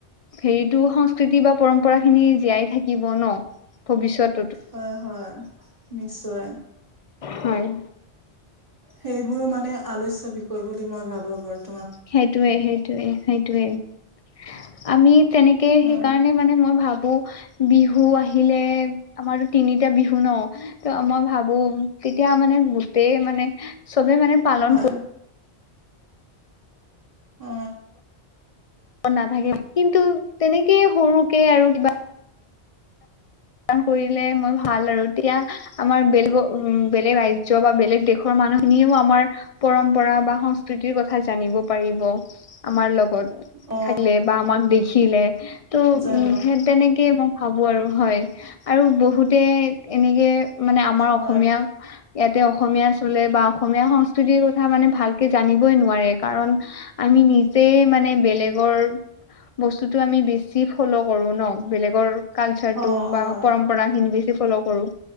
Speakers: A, on the left (about 50°); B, on the right (about 35°).
A: হেৰিতো সংস্কৃতি বা পৰম্পৰা খিনি জীয়াই থাকিব ন ভৱিষ্যত
B: হয় হয় নিশ্চয়
A: হয়
B: সেইবোৰো মানে আলোচ্য বিষয় বুলি মই ভাবো বৰ্ত
A: সেইটোৱে সেইটোৱে সেইটোৱে আমি তেনেকে
B: হয়
A: সেইকাৰণে মানে মই ভাব ভাবো বিহু আহিলে আমাৰতো তিনিটা বিহু ন ত মই ভাবো তেতিয়া মানে গোটেই মানে চবে মানে পালন
B: হয়
A: কৰি
B: অ
A: ন নাথাকে কিন্তু তেনেকে সৰুকে আৰু কিবা কৰিলে মই ভাল আৰু তেতিয়া আমাৰ বেলেগৰ উ বেলেগ ৰাজ্য বা বেলেগ দেশৰ মান মানুহখিনিও আমাৰ পৰম্পৰা বা সংস্কৃতিৰ কথা জানিব পাৰিব আমাৰ লগত
B: অ
A: থাকিলে বা আমাক দেখিলে তো
B: জানো
A: উ তেনেকে মই ভাবো আৰু হয় আৰু বহুতে এনেকে মানে আমাৰ অসমীয়া
B: হয়
A: ইয়াতে অসমীয়া চলে বা অসমীয়া সংস্কৃতিৰ কথা মানে ভালকে জানিবই নোৱাৰে কাৰণ আ আমি নিজে মানে বেলেগৰ বস্তুটো আমি বেছি ফ'ল কৰো ন বেলেগৰ কালচাৰ
B: অ
A: টো
B: হয়
A: বা পৰম্পৰা খিনি বেছ ফল কৰো